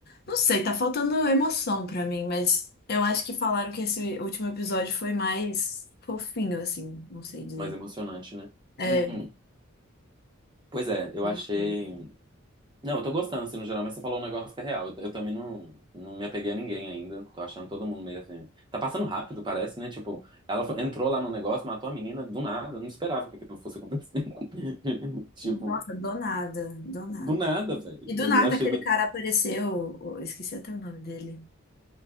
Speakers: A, on the left (about 50°); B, on the right (about 20°).
A: Não sei, tá faltando emoção pra mim, mas eu acho que falaram que esse último episódio foi mais fofinho, assim, não sei dizer.
B: mais emocionante, né?
A: É,
B: Hum, hum. Pois é, eu
A: ele
B: achei.
A: foi-
B: Não, eu tô gostando, assim, no geral, mas você falou um negócio que é real. Eu, eu também não, não me apeguei a ninguém ainda. Tô achando todo mundo meio assim. Tá passando rápido, parece, né? Tipo, ela fo- entrou lá no negócio, matou a menina do nada. Eu Não esperava que aquilo fosse acontecer. <laughs> Tipo,
A: nossa, do nada, do nada.
B: do nada, velho.
A: E do
B: Eu
A: nada
B: achei
A: aquele
B: meio.
A: cara apareceu, eu esqueci até o nome dele.